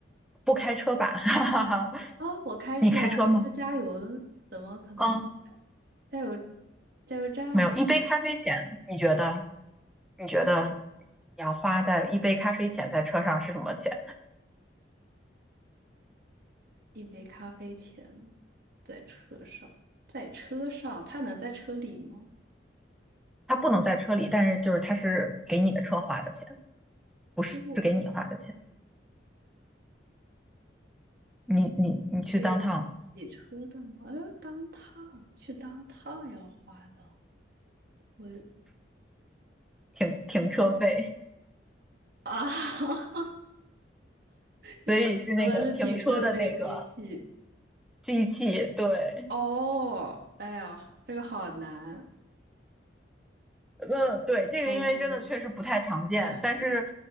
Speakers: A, in the centre; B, on the right.
A: 不开车吧，<laughs> 哈哈哈，
B: 啊，我开车啊，
A: 你开车吗？
B: 你说加油的，怎么可能是
A: 嗯。
B: 加油加油站啊
A: 没有，一杯咖啡钱，你觉得？你觉得你要花在一杯咖啡钱在车上是什么钱？
B: 一杯咖啡钱在车上，在车上，他能在车里吗？
A: 它不能在车里，但是就是它是给你的车花的钱，不是是给你花的钱。
B: 给我
A: 你你你去当趟
B: 给洗车的吗？哎，当趟去当趟要花的，我
A: 停停车费，
B: 啊，<laughs> 你说说的是停车的那个机器
A: 所以是那个停车的那个机器。对，
B: 哦，哎呀，这个好难。
A: 嗯，对，这个因为真的确实不太常见，
B: 嗯，但
A: 但是